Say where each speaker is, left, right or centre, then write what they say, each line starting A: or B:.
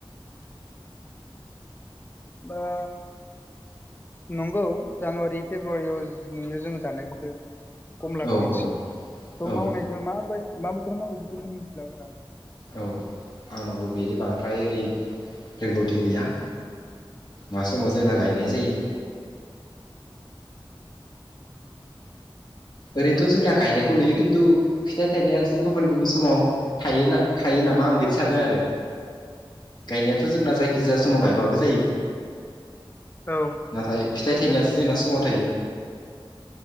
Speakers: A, on the left; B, on the left.
A: दा नंगौ जानुवारि फेब्रुवारियाव नुयो जोङो जानाय <unintelligible> कमलाखौ
B: औ
A: बांसिन
B: औ
A: थ
B: औ
A: मावनायखो मा मा बोथोराव मावो बेखौ' जों मिथिला बारा।
B: औ आंनावबो बेनि बांद्राय ओरै रोंगौथि गैया। मा समाव जोंना गायनाय जायो ओरैनोथ' जोंना गायनायखौ नुयो खिन्थु फिथाइ थाइनायासो गुबुन गुबुन समाव थायो ना थायो नामा आं बिदि सानो आरो गायनायाथ' जोंना जायखिजाया समाव गायब बाबो जायो।
A: औ
B: नाथाय फिथाइ थाइनायसो जोंना समाव थायो।